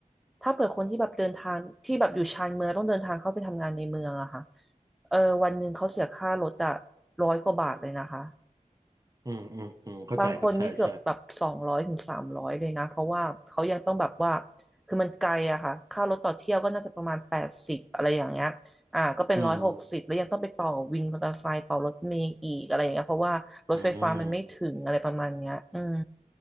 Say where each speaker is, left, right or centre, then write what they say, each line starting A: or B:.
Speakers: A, in the centre; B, on the right.
A: ถ้าเผื่อคนที่แบบเดินทางที่แบบอยู่ชานเมืองแล้วต้องเดินทางเข้าไปทำงานในเมืองอะค่ะเออวันหนึ่งเขาเสียค่ารถอะร้อยกว่าบาทเลยนะคะ
B: อืมอืมอืมเข้าใจครับใช่ใช่
A: บางคนนี่เกือบแบบสองร้อยถึงสามร้อยเลยนะเพราะว่าเขายังต้องแบบว่าคือมันไกลอะค่ะค่ารถต่อเที่ยวก็น่าจะประมาณแปดสิบอะไรอย่างเงี้ยอ่าก็เป็นร้อยหกสิบแล้วยังต้องไปต่อวินมอเตอร์ไซค์ต่อรถเมล์อีกอะไรอย่างเงี้ยเพราะว่ารถไฟฟ้ามันไม่ถึงอะไรประมาณเนี้ยอืม
B: อืมอืม